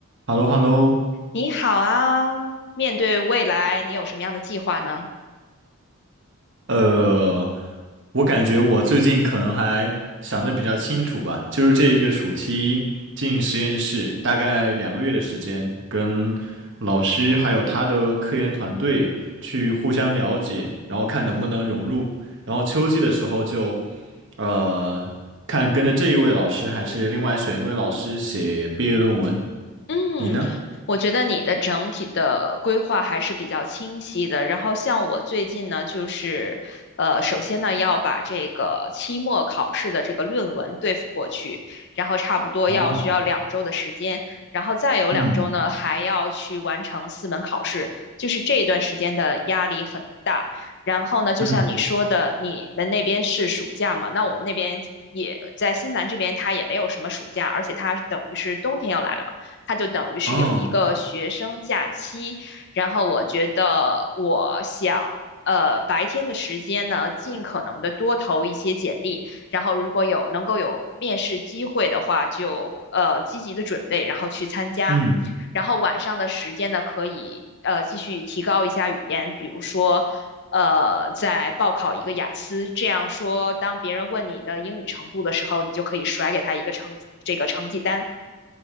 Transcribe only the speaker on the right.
h e l l o h e l l o
呃，我感觉我最近可能还想的比较清楚吧，就是这一个暑期进实验室，大概两个月的时间，跟老师还有他的科研团队去互相了解，然后看能不能融入，然后秋季的时候就，呃，看跟着这一位老师还是另外选一位老师写毕业论文，
你呢？
哦，
嗯
嗯，
哦，
嗯，